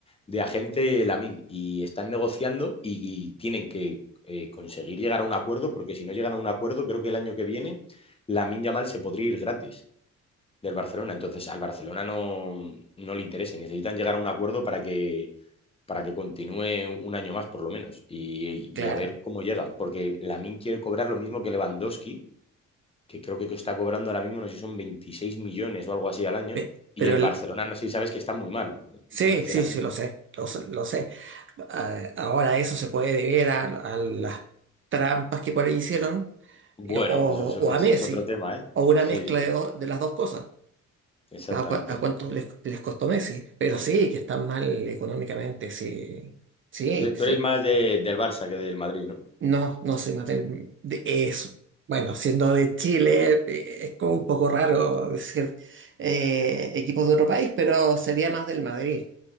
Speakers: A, on the left; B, on the right.
A: de agente Lamin y están negociando y, y tienen que eh, conseguir llegar a un acuerdo porque si no llegan a un acuerdo, creo que el año que viene Lamine Yamal se podría ir gratis del Barcelona. Entonces al Barcelona no, no le interesa y necesitan llegar a un acuerdo para que, para que continúe un año más por lo menos y, y-
B: claro.
A: a ver cómo llegan porque Lamin quiere cobrar lo mismo que Lewandowski que creo que está cobrando ahora mismo, no sé si son 26 millones o algo así al año.
B: Pe-
A: Y
B: Pero
A: el
B: el-
A: Barcelona, no sé si sabes que está muy mal eh,
B: sí,
A: financieramente.
B: sí, sí, lo sé, lo, sé. lo sé. Ah, Ahora eso se puede deber a, a las trampas que por ahí hicieron,
A: Bueno,
B: eh, o,
A: eso, es- eso
B: o a Messi,
A: es otro tema, ¿eh?
B: o una
A: Sí,
B: mezcla
A: sí, sí,
B: de, do- de las dos cosas.
A: exactamente.
B: ¿A, cua- a cuántos les, les costó Messi? Pero sí, que están mal económicamente, sí. Sí,
A: Tú, tú
B: sí.
A: eres más de- del Barça que del Madrid, ¿no?
B: No, no soy Mattel. de- Es, bueno, siendo de Chile, eh, es como un poco raro decir eh, equipos de otro país, pero sería más del Madrid.